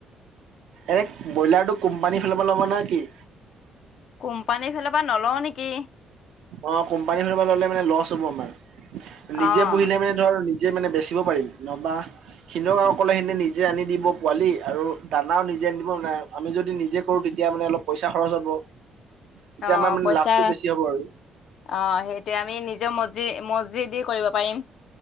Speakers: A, on the right; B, on the left.
A: এনে ব্ৰইলাৰটো কোম্পানীৰ ফালৰ পৰা ল'বা নে কি?
B: কোম্পানীৰ ফালৰ পৰা নলওঁ নেকি।
A: অ', কোম্পানী ফাল পৰা ললে মানে লছ হ'ব আমাৰ, নিজে
B: অ',
A: পুহিলে মানে ধৰ নিজে মানে বেচিব পাৰিম নবা <unintelligible> নিজে আনি দিব পোৱালি আৰু দানাও নিজে আন দিব নাই আমি যদি নিজে কৰো তেতিয়া মানে অলপ পইচা খৰচ হ'ব, তেতিয়া
B: অ',
A: আমাৰ মানে
B: পইচা
A: লাভটো বেছি হ'ব আৰু।
B: অ', সেইটোৱে আমি নিজৰ মজজি-মজজি দি কৰিব পাৰিম,